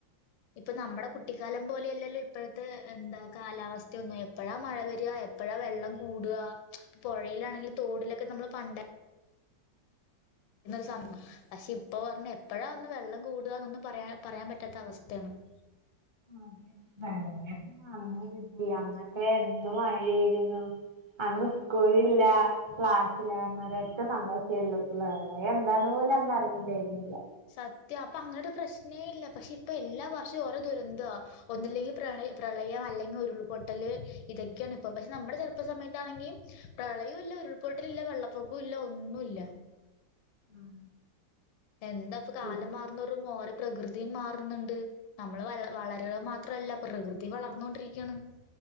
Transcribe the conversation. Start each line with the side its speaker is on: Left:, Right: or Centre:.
Left: ഇപ്പൊ നമ്മുടെ കുട്ടിക്കാലം പോലെയല്ലല്ലോ ഇപ്പോഴത്തെ എന്താ കാലാവസ്ഥയ ഒന്നും എപ്പോഴാ മഴ വരിക എപ്പോഴാ വെള്ളം കൂടുക പുഴ ലാണെങ്കിൽ തോടിലൊക്കെ നമ്മള് പണ്ട ഒരു സമം പക്ഷെ ഇപ്പൊ പറഞ്ഞ എപ്പോഴാ ഒന്ന് വെള്ളം കൂടുകന്നൊന്നും പറയാ പറയാൻ പറ്റാത്ത അവസ്ഥയാണ്. <inaudible>
Right: അതെ വള നന്നരുതി അന്നക്കെ എന്നും മഴയിരുന്നു അന്ന് സ്കൂളില്ല ക്ലാസ്സില്ല ന്നൊര ഒറ്റ സന്തോഷേള്ളൂ വേറെ എന്താന്ന് ല അന്ന അറിയിണ്ടായിന്നില്ല
Left: സത്യ അപ്പൊ അങ്ങനെ ഒരു പ്രശ്നേ ഇല്ല പക്ഷെ ഇപ്പൊ എല്ലാ വർഷവും ഓരോ ദുരന്ത ഒന്നൂല്ലെങ്കിൽ പ്രള പ്രളയം അല്ലെങ്കിൽ ഉരുൾപൊട്ടൽ ഇതൊക്കെയാണ് ഇ പക്ഷെ നമ്മുടെ ചെറുപ്പ സമയാണെങ്ക പ്രളയു ഉരുൾപൊട്ടിലില്ല വെള്ളപ്പൊക്ക ഇല്ല ഒന്നുല്ല
Right: ഉം
Left: എന്താ ഇപ്പൊ കാലം
Right: അതെ.
Left: മാറുന്ന ഓര പ്രകൃതിയും മാറുന്നുണ്ട് നമ്മള് വ വളരുക മാത്രല്ല പ്രകൃതി വളർന്നൊണ്ടിരിക്കുകയാണ്. <inaudible>